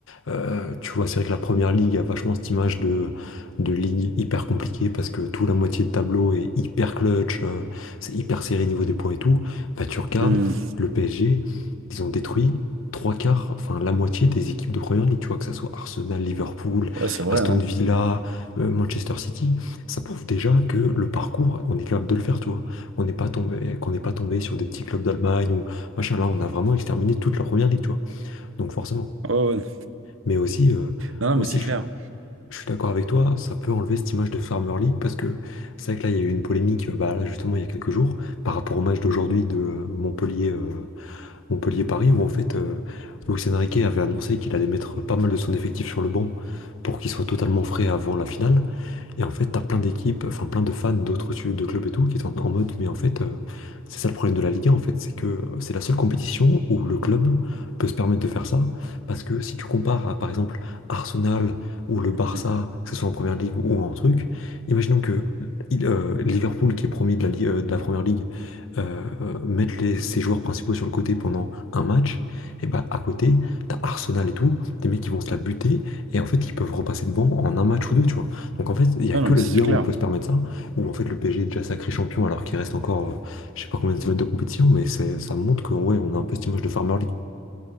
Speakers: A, on the left (about 75°); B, on the right (about 75°).
A: euh, tu vois, c'est vrai que la première ligue a vachement cette image de, de ligue hyper compliquée parce que tout la moitié de tableau est hyper clutch, euh, c'est hyper serré niveau des points et tout. Bah, tu regardes
B: Hmm.
A: le PSG, ils ont détruit trois quarts, enfin la moitié des équipes de première ligue, tu vois, que ce soit Arsenal, Liverpool,
B: Ouais, c'est vrai,
A: Aston
B: hein.
A: Villa, euh, Manchester City. Ça prouve déjà que le parcours, on est capable de le faire, tu vois. On n'est pas tombé, qu'on n'est pas tombé sur des petits clubs d'Allemagne ou machin. Là, on a vraiment exterminé toute la première ligue, tu vois. Donc, forcément.
B: Ouais, ouais.
A: Mais aussi, euh,
B: Non, non,
A: aussi
B: mais c'est
A: je
B: clair.
A: suis, je suis d'accord avec toi, ça peut enlever cette image de Farmer League parce que c'est vrai que là, il y a eu une polémique, euh, bah, là, justement, il y a quelques jours, par rapport au match d'aujourd'hui de euh, Montpellier, euh, Montpellier-Paris, où en fait, euh, Luis Enrique avait annoncé qu'il allait mettre pas mal de son effectif sur le banc pour qu'il soit totalement frais avant la finale. Et en fait, t'as plein d'équipes, enfin plein de fans d'autres tu- de clubs et tout, qui sont en en mode, mais en fait, euh, c'est ça le problème de la Ligue 1, en fait, c'est que c'est la seule compétition où le club peut se permettre de faire ça, parce que si tu compares à, par exemple, Arsenal ou le
B: Hmm.
A: Barça, que ce soit en première ligue ou en truc, imaginons que il- euh, Liverpool, qui est premier de la, Li- euh, de la première ligue, euh, euh, mette les, ses joueurs principaux sur le côté pendant un match, et bah à côté, t'as Arsenal et tout, des mecs qui vont se la buter, et en fait, ils peuvent repasser devant en un match ou deux, tu vois. Donc en fait, il n'y
B: Ah,
A: a que
B: non, mais
A: la
B: c'est
A: Ligue 1
B: clair.
A: où on peut se permettre ça, où en fait le PSG est déjà sacré champion alors qu'il reste encore euh, je sais pas combien de semaines de compétition, mais c'est, ça montre que ouais, on a un peu cette image de Farmer League.